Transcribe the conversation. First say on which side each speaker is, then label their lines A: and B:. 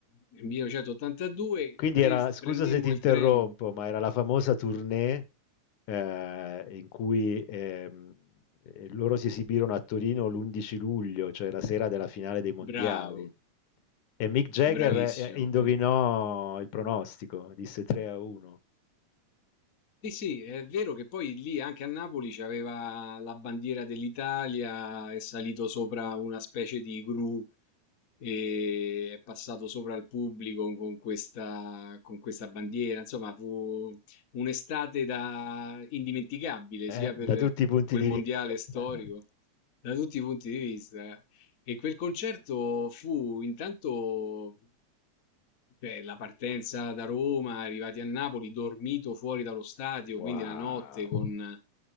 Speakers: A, on the left; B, on the left.
A: nel 1982
B: Quindi
A: pre-
B: era, scusa
A: prendemmo
B: se ti interrompo,
A: il treno
B: ma era la famosa tournée eh, in cui ehm, eh, loro si esibirono a Torino l'11 luglio, cioè la sera della finale dei mondiali.
A: Bravo,
B: E Mick Jagger
A: bravissimo.
B: eh, indovinò il pronostico, disse 3 a 1,
A: Sì, sì, è vero che poi lì anche a Napoli c'aveva la bandiera dell'Italia, è salito sopra una specie di gru e è passato sopra al pubblico con questa, con questa bandiera. Insomma, fu un'estate da indimenticabile,
B: eh,
A: sia per
B: da tutti i punti
A: quel
B: di
A: mondiale
B: vista.
A: storico,
B: <laughs>
A: da tutti i punti di vista. E quel concerto fu intanto beh, la partenza da Roma, arrivati a Napoli, dormito fuori dallo stadio,
B: Wow,
A: quindi la notte con...